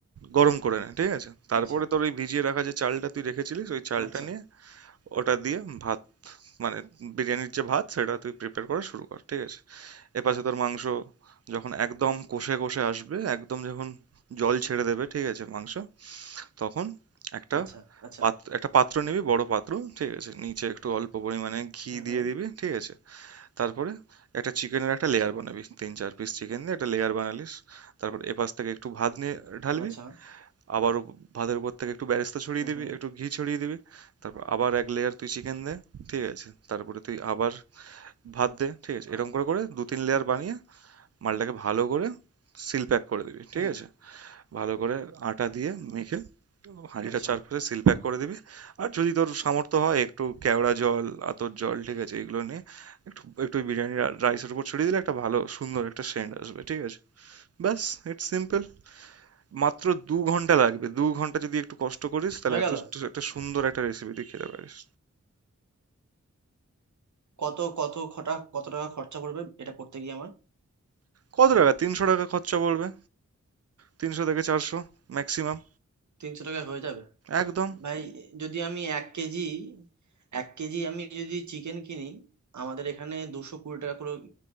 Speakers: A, on the right (about 55°); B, on the right (about 75°).
A: গরম করে নে ঠিক আছে তারপরে
B: আচ্ছা
A: তোর ওই ভিজিয়ে রাখা যে চালটা তুই রেখেছিলিস ওই চালটা
B: আচ্ছা
A: নিয়ে ওটা দিয়ে ভাত মানে বিরিয়ানির যে ভাত সেটা তুই প্রিপেয়ার করা শুরু কর ঠিক আছে এপাশে তোর মাংস যখন একদম কষে কষে আসবে একদম যখন জল ছেড়ে দেবে ঠিক আছে মাংস তখন একটা
B: আচ্ছা আচ্ছা
A: পাত্র একটা পাত্র নিবি বড় পাত্র ঠিক আছে নিচে একটু অল্প পরিমাণে ঘি
B: হুম
A: দিয়ে
B: হুম
A: দিবি ঠিক আছে তারপরে একটা চিকেনের একটা
B: আচ্ছা
A: লেয়ার বানাবি তিন চার পিস চিকেন দিয়ে একটা লেয়ার বানালিস তারপর এপাশ থেকে একটু ভাত নিয়ে ঢালবি
B: আচ্ছা
A: আবার উপ- ভাতের উপর থেকে একটু বেরেস্তা ছড়িয়ে
B: হুম
A: দিবি
B: হুম
A: একটু ঘি ছড়িয়ে দিবি তারপর আবার এক লেয়ার তুই চিকেন দে ঠিক আছে তারপরে তুই আবার ভাত দে ঠিক আছে
B: আ-
A: এরকম করে করে দু তিন লেয়ার বানিয়ে মালটাকে ভালো করে সিল প্যাক করে দিবি ঠিক
B: হুম
A: আছে ভালো করে আটা দিয়ে মেখে হাঁড়িটা
B: আচ্ছা
A: চারপাশে সিল প্যাক করে দিবি আর যদি তোর সামর্থ্য হয় একটু কেওড়া জল আতর জল ঠিক আছে এগুলো নিয়ে একটু একটু বিরিয়ানি রাইসের উপর ছড়িয়ে দিলে একটা ভালো সুন্দর একটা সেন্ট আসবে ঠিক আছে ব্যাস ইটস সিম্পল মাত্র দু ঘন্টা লাগবে দু ঘন্টা যদি একটু কষ্ট করিস তাহলে
B: হয়ে
A: এত
B: গেল
A: একটা সুন্দর একটা রেসিপি তুই খেতে পারিস
B: কত কত খটা কত টাকা খরচা পড়বে এটা করতে গিয়ে আমার
A: কত টাকা তিনশো টাকা খরচা পড়বে তিনশো থেকে চারশো ম্যাক্সিমাম
B: তিনশো টাকায় হয়ে যাবে
A: একদম
B: ভাই যদি আমি এক কেজি এক কেজি আমি যদি চিকেন কিনি আমাদের এখানে দুশো কুড়ি টাকা কিলো